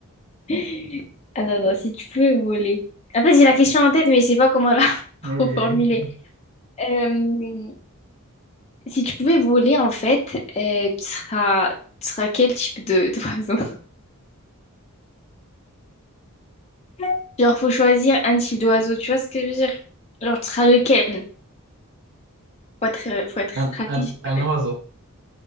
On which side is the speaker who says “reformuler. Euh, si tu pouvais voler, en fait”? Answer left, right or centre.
Left